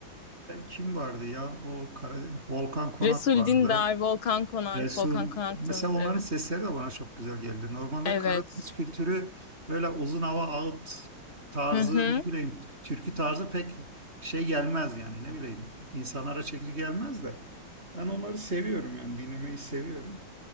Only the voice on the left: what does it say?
Resul
Dindar, Volkan Konak.
Volkan Konak
da öldü
evet.
Evet.
Hı hı.